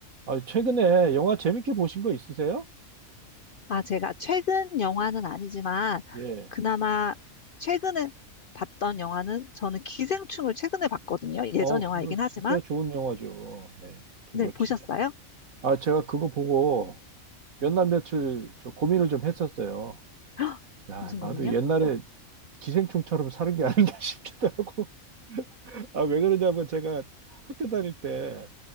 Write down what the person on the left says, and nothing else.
아, 제가 최근 영화는 아니지만,
그나마 최근에 봤던 영화는 저는 기생충을 최근에 봤거든요. 예전
영화이긴
하지만.
네, 보셨어요?
<gasps> 헉,
무슨
고민이요?